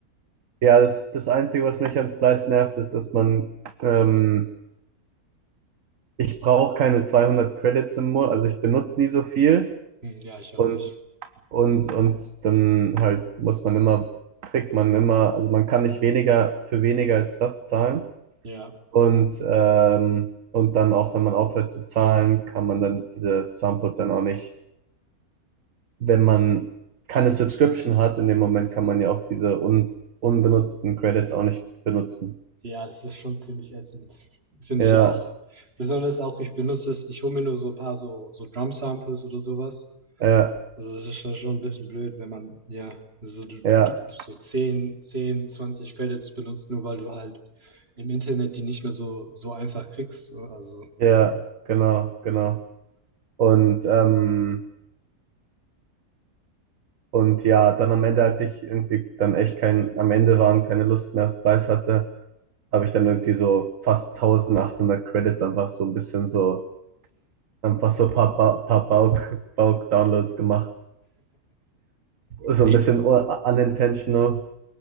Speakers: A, on the right; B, on the right.
A: Ja, das, das Einzige, was mich an Splice nervt, ist, dass man, ähm, ich brauche keine 200 Credits im Monat, also ich benutze nie so viel
B: hm, ja, ich
A: und,
B: auch nicht.
A: und, und dann halt muss man immer, kriegt man immer, also man kann nicht weniger für weniger als das zahlen.
B: Ja,
A: Und, ähm, und dann auch, wenn man aufhört zu zahlen, kann man dann diese Samples dann auch nicht, wenn man keine Subscription hat, in dem Moment kann man ja auch diese un unbenutzten Credits auch nicht benutzen.
B: ja, das ist schon ziemlich ätzend. Finde
A: Ja,
B: ich auch. Besonders auch, ich benutze es, ich hole mir nur so ein paar so, so Drum-Samples oder sowas.
A: ja,
B: Also das ist schon schon ein bisschen blöd, wenn man ja so, du, du,
A: ja,
B: du, so 10 10 20 Credits benutzt, nur weil du halt im Internet die nicht mehr so, so einfach kriegst. Also,
A: ja,
B: ja.
A: genau, genau. Und, ähm, und ja, dann am Ende, als ich irgendwie dann echt kein, am Ende waren, keine Lust mehr auf Spice hatte, habe ich dann irgendwie so fast 1800 Credits einfach so ein bisschen so Einfach so ein paar, ba paar Bulk, Bulk-Downloads gemacht. So
B: Ey,
A: ein bisschen un- unintentional,